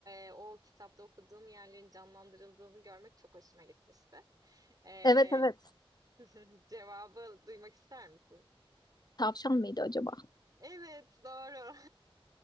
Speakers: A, on the right; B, on the left.
A: e, o kitapta okuduğum yerlerin canlandırıldığını görmek çok hoşuma gitmişti. E,
B: Evet evet.
A: <laughs> cevabı duymak ister misin?
B: Tavşan mıydı acaba?
A: Evet, doğru.